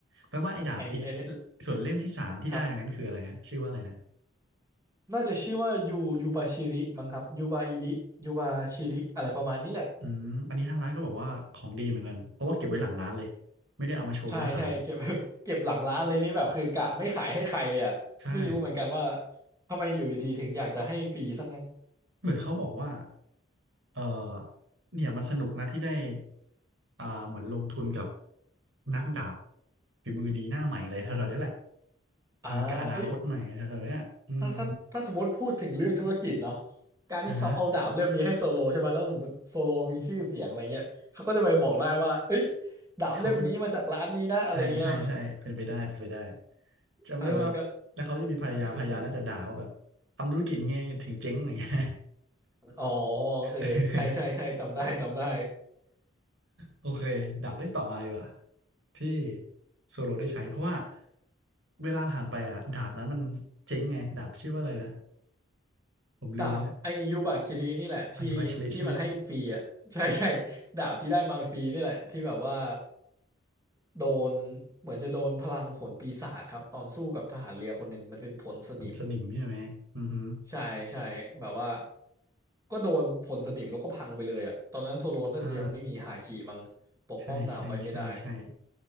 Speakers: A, on the right; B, on the right.
A: แปลว่าไอ้ดาบอีก
B: ไอไอเนี่ย
A: ส่วนเล่มที่สามที่ได้อย่างนั้นคืออะไรนะชื่อว่าอะไรนะ
B: ครับน่าจะชื่อว่ายูยูบาชิริมั้งครับยูบาอิริยูบาชิริอะไรประมาณนี้แหละ
A: อืมอันนี้ทางร้านก็บอกว่าของดีเหมือนกันเพราะว่าเก็บไว้หลังร้านเลยไม่ได้เอามาโชว์หน้าร้าน
B: ใช่ใช่เก็บ <laughs> เก็บหลังร้านเลยนี่แบบคือกะไม่ขายให้ใครเลยอ่ะ
A: ใช่
B: ไม่รู้เหมือนกันว่าทำไมอยู่ดีๆถึงอยากจะให้ฟรีซะงั้น
A: เหมือนเขาบอกว่าเออเนี่ยมันสนุกนะที่ได้อ่าเหมือนลงทุนกับนักดาบฝีมือดีหน้าใหม่อะไรแถวๆเนี้ยแหละเออกับอนาคตใหม่แถวๆเนี้ยอืม
B: อ่าเอ้ยถ้าถ้าถ้าสมมติพูดถึงเรื่องธุรกิจเนาะการที่เขาเอาดาบเล่มนี้ให้โซโลใช่ไหมแล้วสมมติโซโลมีชื่อเสียงอะไรเงี้ยเขาก็จะไปบอกได้ว่าเอ้ย
A: อ่าฮะ
B: ดาบเล่มนี้มาจากร้านนี้นะอะไรเงี้ย
A: เขาเป็น ใช่ใช่ใช่เป็นไปได้เป็นไปได้จำได้ว่าแล้วเขาจะมีภรรยาภรรยาน่าจะด่าว่าแบบทำธุรกิจไงถึงเจ๊งอะไรเงี้ย
B: เออก็ ทำธุรกิจ อ๋อเออใช่ใช่ใช่จำได้จำได้
A: <laughs> โอเคดับเล่นต่อมาดีกว่าที่โซโลได้ใช้เพราะว่าเวลาผ่านไปอ่ะดาบนั้นมันเจ๊งไงดาบชื่อว่าอะไรนะผมลืมแล้วแหละ
B: ดาบไอยูบาคิรินี่แหละที่ที่มันให้ฟรีอ่ะใช่ใช่
A: อายุบายชลิใช่ไหม
B: ดาบที่ได้มาฟรีนี่แหละที่แบบว่าโดนเหมือนจะโดนพลังผลปีศาจครับตอนสู้กับทหารเรือคนหนึ่งมันเป็นผลสนิม
A: เหมือนสนิมใช่ไหมอือฮึ
B: ใช่ใช่แบบว่าก็โดนผลสนิมแล้วก็พังไปเลยอ่ะตอนนั้นโซโลนน่าจะยังไม่มีฮาคิมั้งปกป้องดาบไว้ไม่ได้
A: อ่าใช่ใช่ใช่ใช่